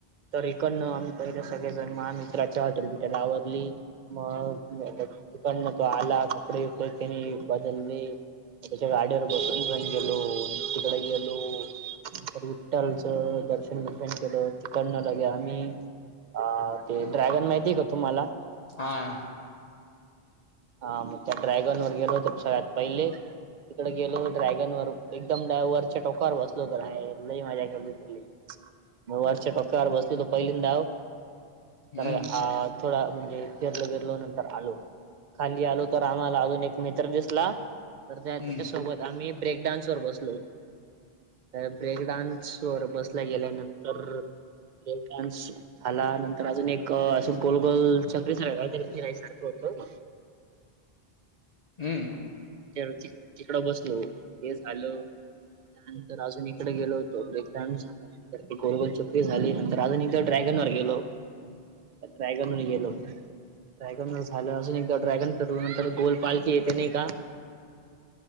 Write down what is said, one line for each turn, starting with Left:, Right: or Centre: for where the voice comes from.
Right: तर इकडन. पहिले सगळेजण महामित्राच्या हॉटेल बिटेला आवरली. मग तिकडंन आला तो आला, कपडे बिपडे त्यांनी बदले. त्यांच्या गाडीवर बसून <unintelligible> गेलो तिकड गेलो. नंतर विठ्ठलचं दर्शन बिर्शन केलं, तिकडंन लगे आम्ही. अ.. ते ड्रॅयगन माहिती आहे का तुम्हाला.
Left: हा.
Right: हा, मग त्या ड्रॉयगन वर गेलोत सगळ्यात पहिले. तिकडं गेलो ड्रायगन वर एकदम, ड्रावयरच्या टोकांवर बसलो होतो लय मज्जा केली. मग वरच्या टप्प्यावर बसलो होतो पहिल्यांदाव.
Left: हम्म
Right: तर आ.. थोडा म्हणजे, फिरलो बिरलो नंतर आलो. खाली आलो तर आम्हाला अजून एक मित्र दिसला, तर त्या
Left: हम्म
Right: तेच्यासोबत आम्ही. ब्रेक डान्स वर बसलो, तर ब्रेक डान्स वर बसला गेल्या नंत तर ब्रेक डान्स. आला नंतर अजून एक असं, गोल गोल चक्री सारख तरी फिराय सारखं होतं.
Left: हम्म.
Right: तेळ तिकडं बसलो हे झालं. त्यानंतर अजून इकडे गेलो होतो, ब्रेक डान्स झाला. त्यानंतर गोलगोल चकरी झाली, नंतर अजून एकदा ड्रायगन वर गेलो. ड्रायगन वर गेलो. ड्रायगन वर झालं अजून एकदा ड्रायगन फिरलो, नंतर गोलपालखी येते नाही का.